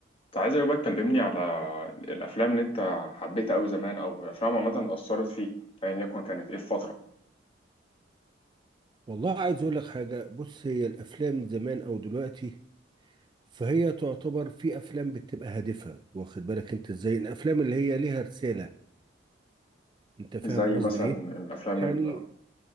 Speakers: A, on the left; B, on the right.
A: كنت عايزك بقى تكلمني على الأفلام اللي أنت حبيتها أوي زمان أو الأفلام عامة أثرت فيك أيا يكن كانت إيه في فترة
B: والله عايز اقول لك حاجه بص هي الافلام زمان او دلوقتي فهي تعتبر في افلام بتبقى هادفه واخد بالك انت ازاي الافلام اللي هي ليها رساله انت فاهم
A: زي
B: قصدي
A: مثلا
B: ايه
A: الأفلام
B: يعني
A: ال